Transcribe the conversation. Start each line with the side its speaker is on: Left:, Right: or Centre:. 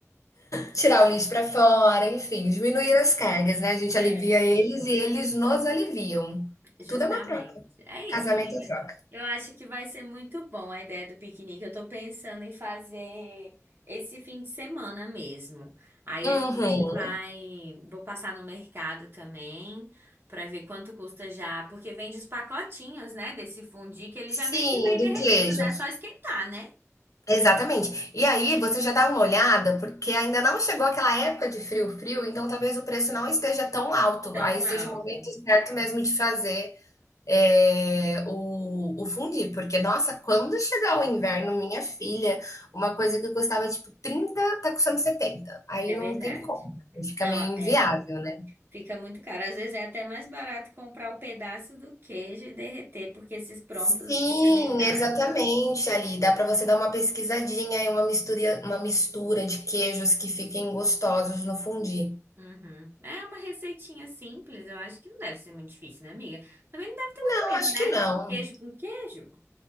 Left: tirar o lixo pra fora, enfim, diminuir as cargas, né, a gente
Right: É.
Left: alivia eles e eles nos aliviam.
Right: Justamente.
Left: Tudo é uma troca.
Right: É isso,
Left: Casamento
Right: amiga.
Left: é troca.
Right: Eu acho que vai ser muito bom a ideia do piquenique. Eu tô pensando em fazer esse fim de semana mesmo. Aí
Left: Uhum.
Right: a gente vai, vou passar no mercado também pra ver quanto custa já, porque vende os pacotinhos, né, desse fundi que ele já meio
Left: Sim,
Right: que vem
Left: do
Right: derretido,
Left: queijo.
Right: né? É Só esquentar, né?
Left: Exatamente. E aí você já dá uma olhada, porque ainda não chegou aquela época de frio, frio, então talvez o preço não esteja tão alto,
Right: Tão
Left: aí seja
Right: alto.
Left: o momento certo mesmo de fazer é, o, o fundi, porque, nossa, quando chegar o inverno, minha filha, uma coisa que custava tipo 30 tá custando setenta Aí
Right: É
Left: não
Right: verdade.
Left: tem como, fica
Right: Não,
Left: meio inviável,
Right: é.
Left: né?
Right: Fica muito caro. Às vezes é até mais barato comprar o pedaço do queijo e derreter, porque esses prontos
Left: Sim,
Right: fica meio caro.
Left: exatamente, ali. Dá para você dar uma pesquisadinha e uma mistura, uma mistura de queijos que fiquem gostosos no fundi.
Right: Uhum. É uma receitinha simples, eu acho que não deve ser muito difícil, né, amiga? Também não deve ter muito
Left: Não,
Right: erro,
Left: acho
Right: né?
Left: que não.
Right: Queijo com queijo.